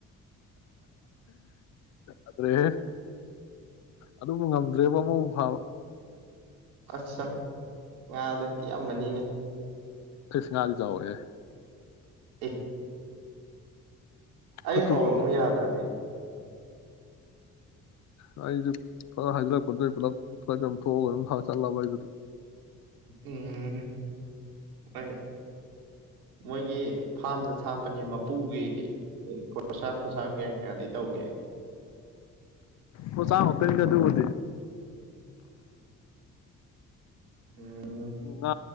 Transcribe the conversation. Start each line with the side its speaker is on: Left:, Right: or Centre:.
Left: ꯑꯗꯨꯗ꯭ꯔꯦ ꯑꯗꯨꯕꯨ ꯉꯝꯗ꯭ꯔꯦꯕ ꯑꯃꯕꯨ ꯐꯥꯕ
Right: ꯑꯁ ꯉꯥꯗ ꯄꯤ ꯌꯥꯝꯕꯅꯤꯅꯦ
Left: ꯀꯁ ꯍꯜ ꯆꯑꯣꯒꯦ
Right: ꯑꯦ ꯑꯩ
Left: ꯈꯨꯠ ꯆꯨꯝꯕ
Right: ꯍꯧꯔꯛꯃꯨ ꯌꯥꯗ꯭ꯔꯕꯃꯤ
Left: ꯑ ꯑꯩꯁꯨ ꯍꯥꯏꯂꯗ ꯄꯨꯂ ꯊꯑ ꯊ ꯆꯠꯂꯕ ꯑꯩꯁꯨ
Right: ꯎꯝ ꯑꯩꯣꯏ ꯃꯣꯏꯒꯤ ꯐꯥꯝꯗ ꯊꯥꯛꯄꯅꯦ ꯃꯄꯨꯒꯤ ꯈꯁ ꯊꯣꯁꯥꯒꯦ ꯀꯌꯥꯗꯤ ꯇꯧꯒꯦ
Left: ꯑꯣ ꯆ ꯍꯇꯗ ꯑꯗꯨꯤ
Right: ꯎꯝ
Left: ꯎ